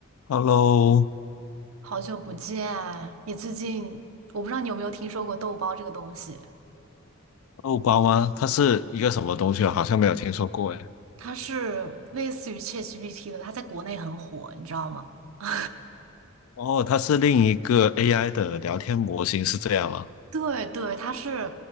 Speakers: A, on the left (about 80°); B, on the right (about 85°).
A: Hello，
B: 好久不见，你最近我不知道你有没有听说过豆包这个东西，
A: 奥巴马，它是一个什么东西啊？好像没有听说过哎。
B: 它是类似于 ChatGPT 的，它在国内很火，你知道吗？<laughs>
A: 哦，它是另一个 AI 的聊天模型，是这样吗？
B: 对对，它是，